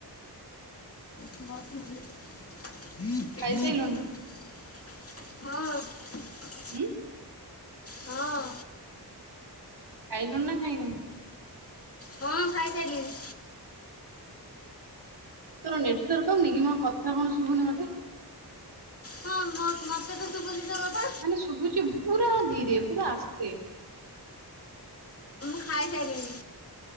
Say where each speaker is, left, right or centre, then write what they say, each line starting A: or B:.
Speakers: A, on the left (about 35°); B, on the right (about 75°).
A: ବସିଚି।
B: ଖାଇସାଇଲୁଣି?
A: ହଁ।
B: ଉଁ।
A: ହଁ।
B: ଖାଇଲୁଣି ନା ଖାଇନୁ?
A: ହଁ ଖାଇସାଇଲିଣି।
B: ତୋର ନେଟ୍ୱାର୍କ ପାଉନିକି ମୋ କଥା କଣ ଶୁବୁନି ମତେ।
A: ହଁ- ହଁ-ହଁ ମତେ ତ ଶୁବୁଚି ତୋ କଥା।
B: ମାନେ ଶୁଭୁଚି ପୁରା ଧୀରେ ପୁରା ଆସ୍ତେ।
A: ଖାଇ ସାଇଲିଣି